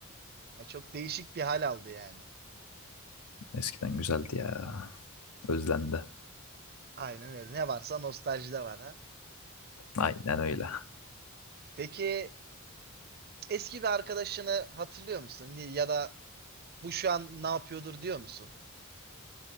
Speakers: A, on the right; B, on the left.
A: E, çok değişik bir hal aldı yani.
B: Eskiden güzeldi ya. Özlendi.
A: Aynen öyle. Ne varsa nostaljide var ha.
B: Aynen öyle.
A: Peki eski bir arkadaşını hatırlıyor musun? Ya da bu şu an ne yapıyordur diyor musun?